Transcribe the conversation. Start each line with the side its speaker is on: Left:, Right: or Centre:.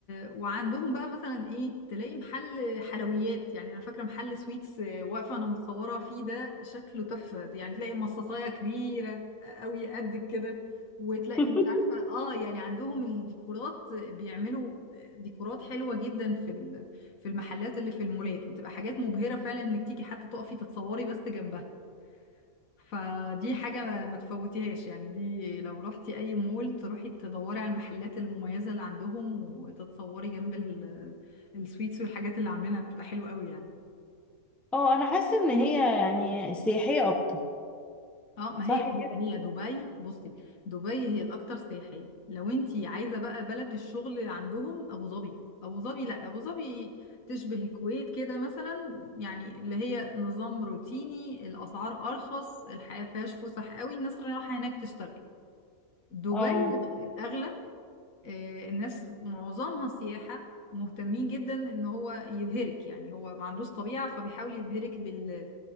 Left: وعندهم بقى مثلا ايه تلاقي محل حلويات يعني انا فاكرة محل سويتس آه، واقفة انا متصورة فيه ده شكله تحفة يعني تلاقي مصاصاية كبيرة آه، قوي قد كده وتلاقي
Centre: <laughs>
Left: مش عارفة اه يعني عندهم الديكورات آه، بيعملوا آه، ديكورات حلوة جدا في ال... في المحلات اللي في المولات بتبقى حاجات مبهرة فعلا انك تيجي حتى تقفي تتصوري بس جنبها فدي حاجة ما تفوتيهاش يعني دي لو رحتي أي مول تروحي تدوري على المحلات المميزة اللي عندهم وتتصوري جنب ال- السويتس والحاجات اللي عاملينها بتبقى حلوة قوي يعني
Centre: اه انا حاسة ان هي يعني سياحية اكتر
Left: اه ما
Centre: صح
Left: هي
Centre: كده
Left: هي دبي بصي دبي هي الاكثر سياحيه لو انت عايزه بقى بلد الشغل عندهم ابو ظبي ابو ظبي لا ابو ظبي تشبه الكويت كده مثلا يعني اللي هي نظام روتيني الاسعار ارخص الحياه فيهاش فسح قوي الناس رايحه هناك تشتغل دبي
Centre: اه
Left: اغلى آه، الناس معظمها سياحه مهتمين جدا ان هو يبهرك يعني هو ما عندوش طبيعه فبيحاول يبهرك بال